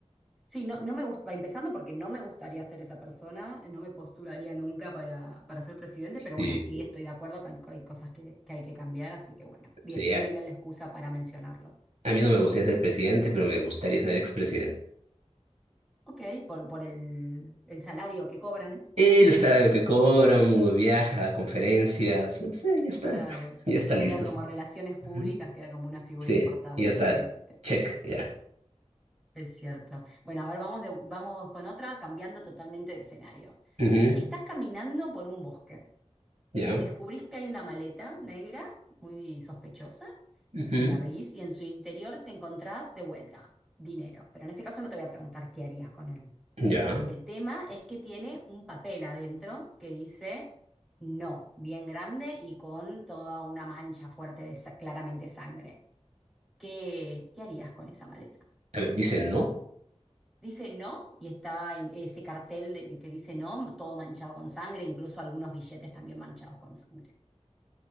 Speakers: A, in the centre; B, on the right (about 85°).
A: Sí, no, no me gusta, empezando porque no me gustaría ser esa persona, no me postularía nunca para, para ser presidente,
B: Sí,
A: pero bueno, sí estoy de acuerdo con que hay cosas que, que hay que cambiar, así que bueno, vie-
B: sí.
A: viene
B: A
A: bien la excusa para mencionarlo.
B: a mí no me gustaría ser presidente, pero me gustaría ser expresidente.
A: Ok, por, por el, el salario que cobran. <laughs>
B: Él sabe lo que cobra, uno viaja a conferencias, no sé, ya está,
A: Claro,
B: <laughs> ya está
A: queda
B: listo.
A: como
B: Sí,
A: relaciones públicas,
B: Ujú.
A: queda como una figura
B: Sí,
A: importante,
B: ya está,
A: sí.
B: check, ya.
A: Es cierto. Bueno, a ver, vamos, de- vamos con otra, cambiando totalmente de escenario.
B: Ujú,
A: Estás caminando por un bosque
B: Ya,
A: y descubrís que hay una maleta negra muy sospechosa
B: ujú,
A: y la abrís y en su interior te encontrás de vuelta dinero. Pero en este caso no te voy a preguntar qué harías con él.
B: ya.
A: El tema es que tiene un papel adentro que dice no, bien grande y con toda una mancha fuerte de sa- claramente sangre. ¿Qué, qué harías con esa maleta?
B: A ver, dice no.
A: Dice no y está en ese cartel de- que dice no, todo manchado con sangre, incluso algunos billetes también manchados con sangre.